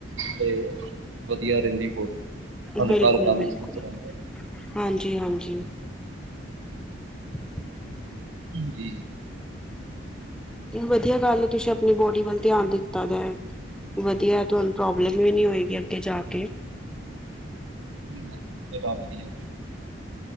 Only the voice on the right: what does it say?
ਤੇ ਵਧੀਆ ਰੈੰਦੀ ਬੋਤ ਹਲਕਾ-ਹਲਕਾ
ਮਹਿਸੂਸ
ਰੈਂਦਾ।
ਜੀ।
<inaudible>